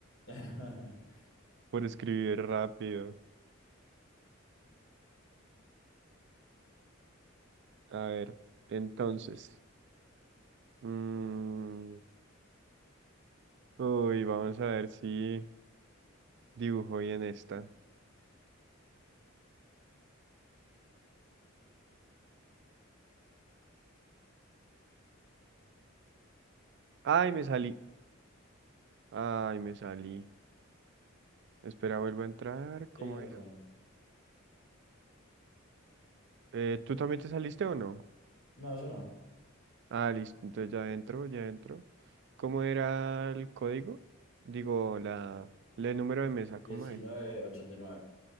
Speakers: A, on the left (about 75°); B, on the right (about 60°).
A: <laughs>
B: por escribir rápido. A ver, entonces, mm, uy, vamos a ver si dibujo bien esta. Ay, me salí. Ay, me salí. Espera, vuelvo a entrar. ¿Cómo
A: Sí, una
B: era?
A: cosa. más.
B: Eh, ¿tú también te saliste o no?
A: No, yo no.
B: Ah, listo. Entonces ya entro, ya entro. ¿Cómo era el código? Digo, la, el número de mesa, ¿cómo
A: Diecinueve
B: es?
A: ochenta y nueve.